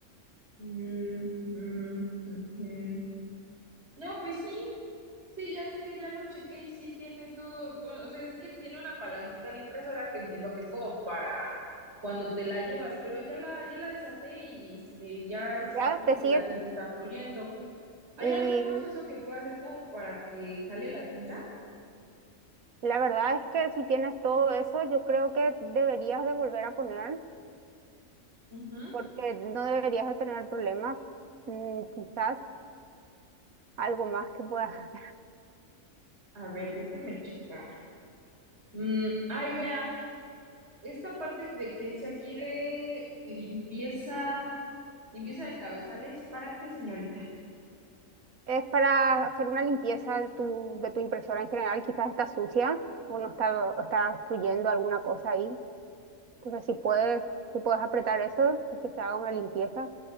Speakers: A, on the right (about 50°); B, on the right (about 80°).
A: Mm, mm, ujú. No, pues sí, Sí, ya este, ya lo chequé y sí tiene todo, bueno, o sea, es que tiene una palanquita la impresora que entiendo que es como para cuando te la llevas, pero ya la, ya la desaté y este, ya se
B: ya
A: supone
B: te sigue
A: que la tinta está fluyendo. ¿Hay
B: y
A: algún proceso que pueda hacer como para que jale la tinta?
B: la verdad es que si tienes todo eso, yo creo que deberías de volver a poner
A: Ujú.
B: porque no deberías de tener problema. Mm, quizás algo más que puedas
A: A ver, déjeme checar. Mm, ay, vea, esta parte de, que dice aquí de limpieza, limpieza de cabezales, ¿para qué, señorita?
B: Es para hacer una limpieza de tu, de tu impresora en general, quizás está sucia o no está, o está fluyendo alguna cosa ahí. Entonces, si puedes, si puedes apretar eso y que se haga una limpieza,